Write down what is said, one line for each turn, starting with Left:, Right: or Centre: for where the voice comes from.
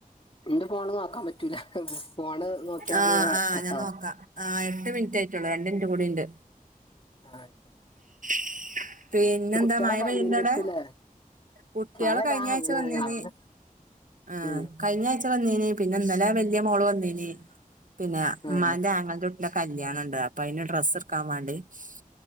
Left: ഇന്റെ ഫോണ് നോക്കാമ്പറ്റൂല ഹ് ഫോണ് നോക്കിയാവാണെ
Right: ആഹ്
Left: വ
Right: ആഹ്
Left: കട്ടാവു
Right: ഞാൻ നോക്കാം ആഹ് എട്ട് മിൻറ്റായിറ്റൊള്ളു രണ്ടിൻറ്റും കൂടിണ്ട്
Left: ആഹ് <inaudible>
Right: <inaudible> പീന്നെന്താ
Left: ഇത് കുട്ടികളൊക്കെ
Right: മഴ പെയ്യുണ്ടടെ
Left: വന്നീനായിരിക്കൂല്ലേ
Right: കുട്ട്യള്
Left: മഴതാ
Right: കയിഞ്ഞായ്ച്ച
Left: അങ്ങനെ
Right: വന്നീനി
Left: രാവിലെ
Right: ആഹ്
Left: ഉം
Right: <inaudible> കയിഞ്ഞായ്‌ച്ച വന്നീനി പിന്ന ന്നലെ വല്ല്യ മോള് വന്നീനി പിന്നാ
Left: ആഹ്
Right: മ്മാന്റെ ആങ്ങൾന്റു ന്റ കല്യാണണ്ട് അപ്പയിന് ഡ്രസ്സട്ക്കാം വാണ്ടി ശ്